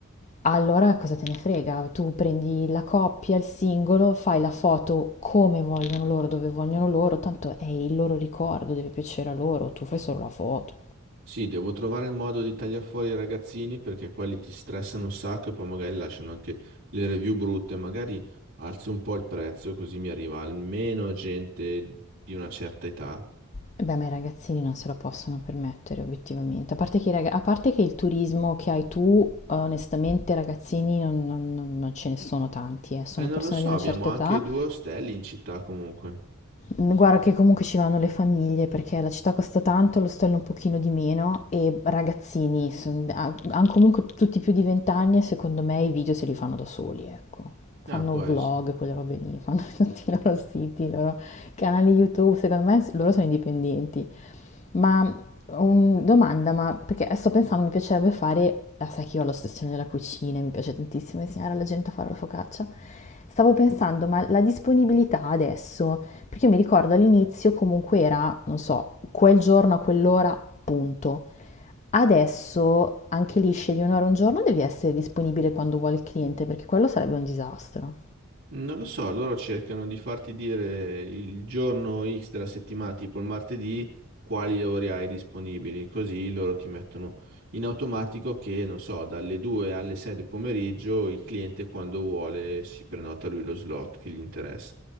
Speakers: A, on the left; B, on the right.
A: allora cosa te ne frega? Tu prendi la coppia, il singolo, fai la foto come vogliono loro, dove vogliono loro, tanto è il loro ricordo, deve piacere a loro, tu fai solo la foto.
B: Sì, devo trovare il modo di tagliare fuori i ragazzini perché quelli ti stressano un sacco e poi magari lasciano anche le review brutte. Magari alzo un po' il prezzo così mi arriva almeno gente di una certa età.
A: Eh Beh, ma i ragazzini non se lo possono permettere, obiettivamente. A parte che, i raga- a parte che il turismo che hai tu, eh, onestamente, ragazzini non, non- non- non ce ne sono tanti, eh. Sono
B: E non
A: persone
B: lo so,
A: di
B: abbiamo
A: una certa
B: anche
A: età.
B: due ostelli in città comunque.
A: Mm, Guarda che comunque ci vanno le famiglie, perché la città costa tanto, l'ostello un pochino di meno, e ragazzini, hanno comunque tutti più di 20 anni e secondo me i video se li fanno da soli, ecco. Fanno
B: Ah, può
A: vlog,
B: essere.
A: quelle robe lì, fanno <laughs> tutti i loro siti, i loro canali YouTube, secondo me loro sono indipendenti. Ma un- domanda, ma perché sto pensando, mi piacerebbe fare, ah, sai che io ho l'ossessione della cucina, e mi piace tantissimo insegnare alla gente a fare la focaccia. Stavo pensando, ma la disponibilità adesso, perché io mi ricordo all'inizio comunque era, non so, quel giorno a quell'ora, punto. Adesso anche lì scegli un'ora un giorno, devi essere disponibile quando vuole il cliente, perché quello sarebbe un disastro.
B: Non lo so, loro cercano di farti dire il giorno X della settimana, tipo il martedì, quali ore hai disponibili, così loro ti mettono in automatico che, non so, dalle 2 alle 6 del pomeriggio il cliente quando vuole si prenota lui lo slot che gli interessa.